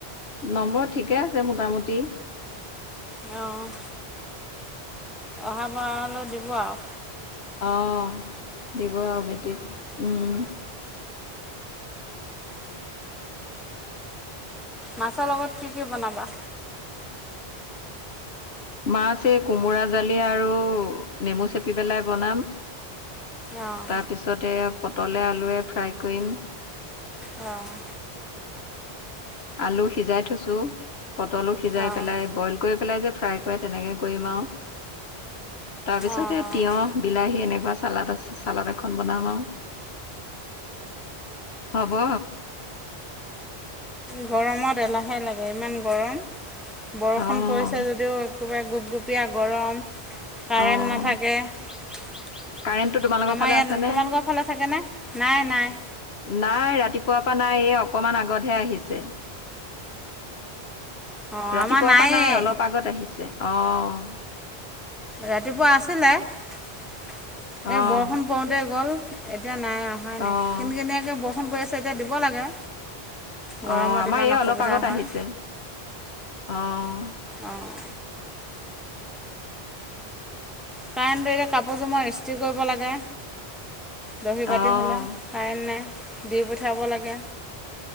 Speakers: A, on the left; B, in the centre.
A: নম্বৰ ঠিকে আছে মোটামুটি।
B: অ'। অহা বাৰলৈ দিব আও।
A: অ', দিব আৰু বেটিক, উম।
B: মাছৰ লগত কি কি বনাবা?
A: মাছ এই কোমোৰা জালি আৰু নেমু চেপি পেলাই বনাম।
B: অ',
A: তাৰপিছতে পটলে আলুৱে ফ্ৰাই কৰিম।
B: অ'।
A: আলু সিজাই থৈছো, পটলো সিজাই
B: অ',
A: পেলাই বইল কৰি পেলাই যে ফ্ৰাই কৰে তেনেকে কৰিম আৰু। তাৰ পিছত
B: অ', অ'।
A: এই তিঁয়হ বিলাহী এনেকুৱা চালাদ আছে চালাদ এখন বনাম আও। হব।
B: গৰমত এলাহে লাগে, ইমান গৰম। বৰষুণ
A: অঁ
B: পৰিছে যদিও একেবাৰে গোপগুপীয়া গৰম। কাৰেণ্ট
A: অঁ
B: নাথাকে। আমাৰ
A: কাৰেণ্টটো তোমালোকৰ ফালে
B: ইয়াত
A: আছেনে
B: তোমালোকৰ ফালে থাকেনে নাই-নাই।
A: নাই ৰাতিপুৱাৰ পৰা নাই, এই অকমান আগতহে আহিছে।
B: অ',
A: ৰাতিপুৱাৰ
B: আমাৰ নায়েই।
A: পৰা নাই অলপ আগত আহিছে, অ'।
B: ৰাতিপুৱা আছিলে এই
A: অঁ
B: বৰষুণ পৰোতে গ'ল। এতিয়া নাই অহাই নাই
A: অঁ
B: কিনকিনিয়াকে বৰষুণ পৰি আছে এতিয়া দিব লাগে। গৰমত
A: অ' আমাৰ
B: ইমান
A: এইয়া
B: অসুবিধা
A: অলপ আগত
B: হয়।
A: আহিছে। অ'।
B: অ'। কাৰেন্ট ধৰিলে কাপোৰযোৰ মই ইস্ত্ৰি কৰিব লাগে। দহি বাতি
A: অঁ
B: হ'লে কাৰেণ্ট নাই দি পঠিয়াব লাগে।